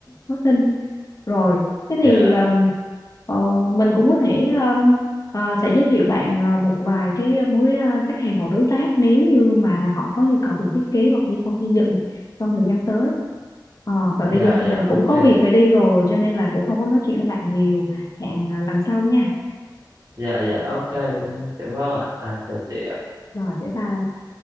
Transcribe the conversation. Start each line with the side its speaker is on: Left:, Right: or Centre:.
Left: phát sinh rồi thế thì
Right: dạ
Left: ờm, ờ, mình cũng có thể Ờ, sẽ giới thiệu bạn ờ, một vài cái ờ, mối ờ, khách hàng hoặc đối tác nếu như mà họ có nhu cầu về thiết kế hoặc thi công xây dựng trong thời gian tới. Ờ, và bây
Right: dạ
Left: giờ thì mình
Right: dạ ok
Left: cũng có việc phải đi rồi cho nên là cũng không có nói chuyện với bạn nhiều. Hẹn ờ, lần sau nha.
Right: dạ dạ ok cảm ơn ạ à, chào chị ạ.
Left: Rồi, bye bye.